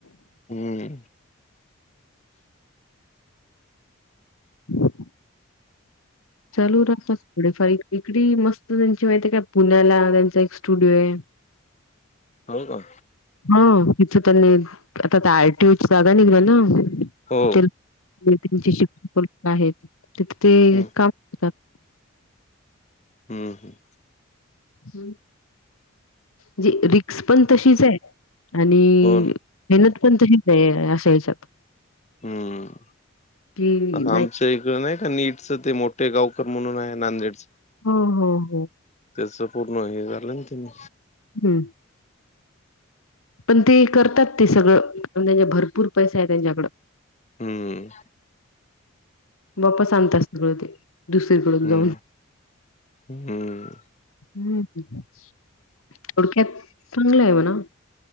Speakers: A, on the left; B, on the left.
A: हम्म
B: हो
A: <unintelligible>
B: लू रस्ता थोडे फ इकडी मस्त त्यांची माहिती काय पुण्याला त्यांचा एक स्टुडिओ आहे
A: हो का
B: हा तिथं त्यांनी आता त्या आयटीूड जागा निघल्या ना
A: हो
B: ते त्यांचे शिक्षण आहेत तिथे ते
A: हम्म
B: काम करतात.
A: हम्म हम
B: हम्म म्ह रिक्स पण तशीच आहे आणि
A: हो ना
B: मेहनत पण तशीच आहे असा या्याच्यात
A: हम
B: की
A: आता आमच्या
B: नाही
A: इकड नाही का नीटचं ते मोठे गावकर म्हणून आहे नांदेडचं
B: हम हम ह
A: त्याच पूर्ण हे झालं ना तेनी
B: हम्म पण ते करतात ते सगळं त्यांच्या भरपूर पैसा आहे त्यांच्याकडं
A: हम्म
B: बाप स आणतात सगळं ते दुसरीकडून
A: हम्म
B: जाऊन
A: हम्म
B: हम्म थोडक्यात चांगलं आहे म्हणा